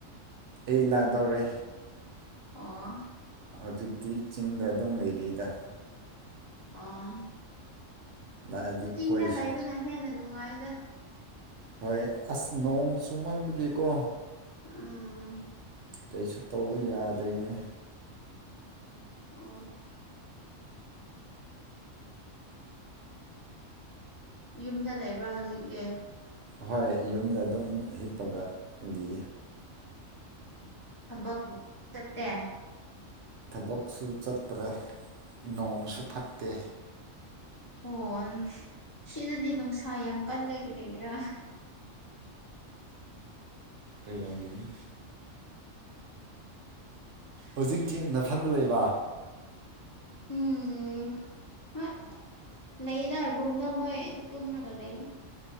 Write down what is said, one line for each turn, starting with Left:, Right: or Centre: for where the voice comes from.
Right: ꯑꯩ ꯂꯥꯛꯗꯧꯣꯔꯦ
Left: ꯑꯣ
Right: ꯍꯧꯖꯤꯛꯇꯤ ꯆꯤꯡꯗ ꯑꯗꯨꯝ ꯂꯩꯔꯤꯗ
Left: ꯑꯥ
Right: ꯂꯥꯛꯑꯗꯤ
Left: ꯆꯤꯡꯅ
Right: ꯀꯣꯏꯁꯦ
Left: ꯂꯩꯕꯅ ꯍꯦꯟꯅ ꯅꯨꯡꯉꯥꯏꯅ
Right: ꯍꯣꯏ ꯑꯁ ꯅꯣꯡ ꯆꯨꯝꯃꯟꯕꯒꯤꯀꯣ
Left: ꯎꯝ
Right: ꯀꯩꯁꯨ ꯇꯧꯕ ꯌꯥꯗꯣꯏꯅꯦ
Left: ꯑ ꯌꯨꯝꯗ ꯂꯩꯕ꯭ꯔꯥ ꯍꯧꯖꯤꯛꯇꯤ
Right: ꯍꯣꯏ ꯌꯨꯝꯗ ꯑꯗꯨꯝ ꯍꯤꯞꯄꯒꯗꯤ
Left: ꯑꯣꯕ ꯆꯠꯇꯦ
Right: ꯊꯕꯛꯁꯨ ꯆꯠꯇ꯭ꯔꯦ ꯅꯣꯡꯁꯨ ꯐꯠꯇꯦ
Left: ꯍ ꯁꯤꯗꯗꯤ ꯅꯨꯡꯁꯥ ꯌꯥꯝ ꯀꯜꯂꯦ ꯀꯔꯤꯔꯥ
Right: ꯑꯩꯔꯝꯒꯗꯤ ꯍꯧꯖꯤꯛꯇꯤ ꯅꯥꯊꯟꯗ ꯂꯩꯕ
Left: ꯎꯝ ꯑ ꯂꯩꯗ ꯔꯨꯝꯗ ꯃꯣꯏ ꯇꯨꯝꯔꯒ ꯂꯩ